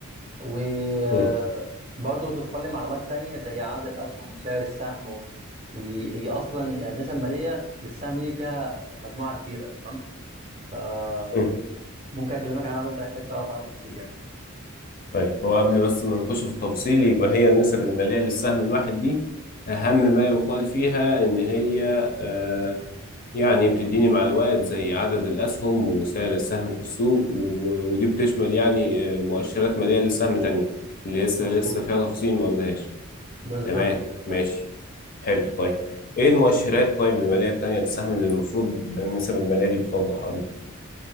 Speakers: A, on the right; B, on the left.
A: وبرضه
B: مم.
A: توفر لي معلومات تانية زي عدد الأسهم وسعر السهم و- وهي أصلا يعني النسب المالية للسهم دي فيها يعني مجموعة كبيرة تمام فممكن
B: مم.
A: أكلمك عنها لو أنت محتاج تعرف عنها تفاصيل يعني
B: طيب هو قبل بس ما نخش في التفاصيل يبقى هي النسب المالية للسهم الواحد دي أهم ما يقال فيها إن هي آه، يعني بتديني معلومات زي عدد الأسهم وسعر السهم في السوق و- ودي بتشمل يعني آه، مؤشرات مالية للسهم تانية اللي لسه
A: مظبوط
B: لسه فيها تفاصيل ما قلناهاش
A: بالظبط
B: تمام
A: كده
B: ماشي
A: فعلا
B: حلو طيب ايه المؤشرات طيب المالية التانية للسهم اللي المفروض النسب المالية دي بتوضحها لي